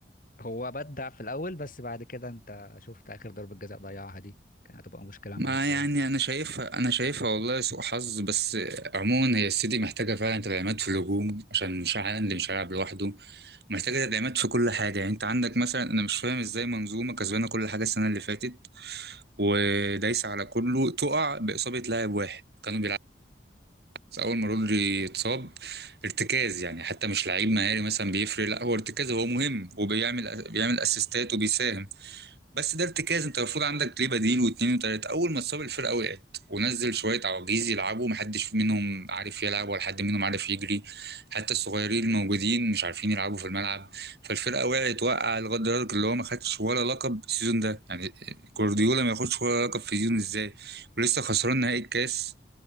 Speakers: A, on the left; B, on the right.
A: هو بدع في الاول بس بعد كده انت شفت اخر ضربة جزاء ضيعها دي كان هتبقى مشكلة
B: ما
A: معاه بصراحة
B: يعني انا شايفها انا شايفها والله سوء حظ بس عموما هي السيتي محتاجه فعلا تدعيمات في الهجوم عشان مش عارف اللي مش هيلعب لوحده محتاجة تدعيمات في كل حاجة يعني انت عندك مثلا انا مش فاهم ازاي منظومة كسبانة كل حاجة السنة اللي فاتت ودايسة على كله تقع بإصابة لاعب واحد كانوا بيلعبوا بس اول ما رودري اتصاب ارتكاز يعني حتى مش لعيب مهاري مثلا بيفرق لا هو ارتكاز هو مهم وبيعمل بيعمل اسيستات وبيساهم بس ده ارتكاز انت المفروض عندك ليه بديل واتنين وتلاته اول ما اتصاب الفرقه وقعت ونزل شويه عواجيز يلعبوا محدش منهم عارف يلعب ولا حد منهم عارف يجري حتى الصغيرين الموجودين مش عارفين يلعبوا في الملعب فالفرقه وقعت وقع لغايه دلوقتي اللي هو ما خدش ولا لقب السيزون ده يعني جوارديولا ما ياخدش ولا لقب في السيزون ازاي ولسه خسران نهائي الكاس